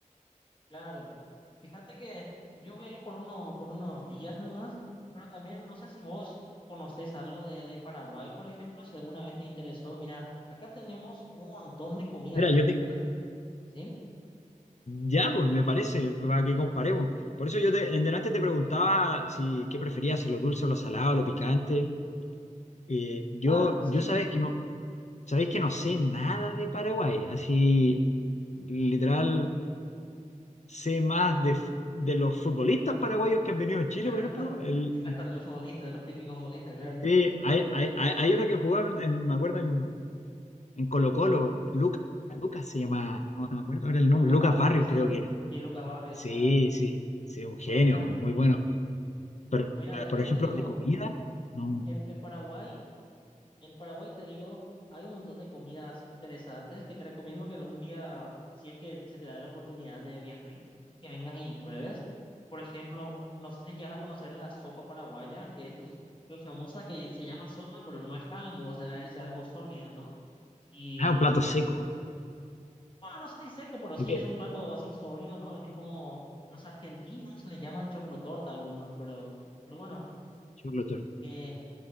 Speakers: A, on the left; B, on the left.
A: Claro. Fíjate que yo voy a ir por uno, por unos días nomás, pero también no sé si vos conocés algo de, de Paraguay, por ejemplo, si alguna vez te interesó. Mira, acá tenemos un montón de comidas
B: Mira,
A: típicas,
B: yo te...
A: ¿sí?
B: Ya, pues me parece, para que comparemos. Por eso yo te, en delante te preguntaba si qué preferías, si lo dulce o lo salado, lo picante. Eh, yo,
A: Ah, sí,
B: yo sabéis que no, sabéis que no sé nada de Paraguay. Así, literal, sé más de, f- de los futbolistas paraguayos que han venido a Chile,
A: <laughs>
B: por ejemplo. El,
A: claro, de los futbolistas, de los típicos futbolistas, claro.
B: Sí, hay, hay, hay, hay uno que jugaba, en, me acuerdo, en, en Colo-Colo, Lucas, Lucas se llamaba, no, no me acuerdo ahora el
A: Lucas
B: nombre, Lucas
A: Barrios,
B: Barrios
A: quizás.
B: creo que era.
A: Sí, Lucas Barrios,
B: Sí,
A: claro.
B: sí, sí, un genio,
A: Pero mira,
B: muy bueno. Pero,
A: mira,
B: eh,
A: de hecho
B: por ejemplo,
A: te digo,
B: de comida, no.
A: en, en Paraguay En Paraguay, te digo, hay un montón de comidas interesantes que te recomiendo que algún día, si es que se te da la oportunidad de viajar, que vengas y pruebes. Por ejemplo, no sé si llegas a conocer la sopa paraguaya, que es lo, lo famosa que se llama sopa, pero no es caldo, o sea, es algo sólido, ¿no? Y,
B: Ah, un plato seco.
A: bueno, no sé si seco, pero
B: ¿De
A: sí
B: qué?
A: es un plato así sólido, ¿no? Que es como los argentinos le llaman choclotorta a algunos, pero, pero bueno,
B: Choclo torta.
A: que,